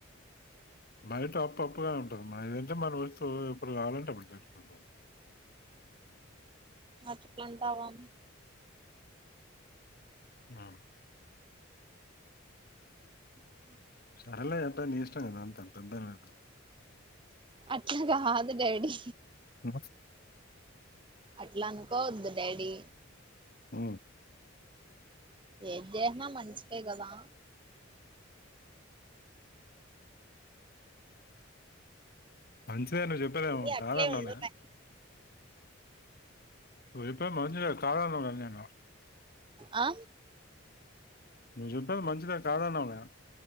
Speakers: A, on the left (about 45°); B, on the right (about 25°).
A: బైట అప్పు అప్గా ఉంటుంది మనిదయితే మనం వస్తు ఎప్పుడు కావాలంటే అప్పుడు తెచ్చుకుంటాం
B: అట్లుంటావా
A: ఆ
B: అ
A: నల్ ఏంటా న ఇష్టంగా అదా అంత అంటాడడం
B: అట్లాగాదు డాడి
A: అ
B: అట్లా అనుకోవద్దు డాడీ
A: అ
B: ఏది జేసిన మనించికే కదా
A: మంచిదే నువ్వు చెప్పదేమ
B: అది అట్లే
A: కాదన్నావునే
B: ఉండులే
A: నువ్వు చెప్పేది మంచిదే కాదనలేదు నేను
B: ఆ
A: నువ్వు చెప్పేది మంచిద కాదన్నావులే